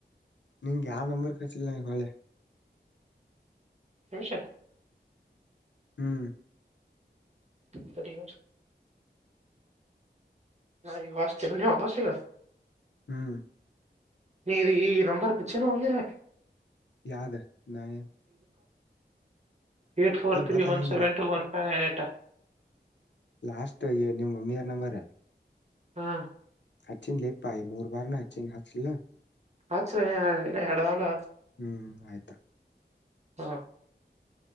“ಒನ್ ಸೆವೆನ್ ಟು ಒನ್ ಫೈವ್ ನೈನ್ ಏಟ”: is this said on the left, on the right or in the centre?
Right